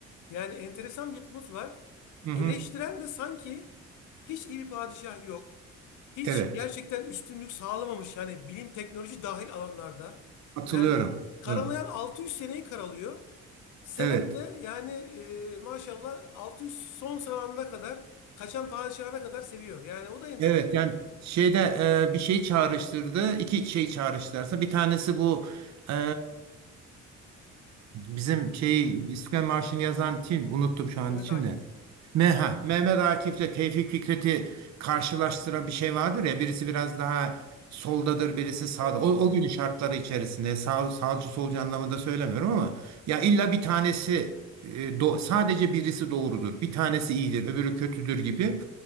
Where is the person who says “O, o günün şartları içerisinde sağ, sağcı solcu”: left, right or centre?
Right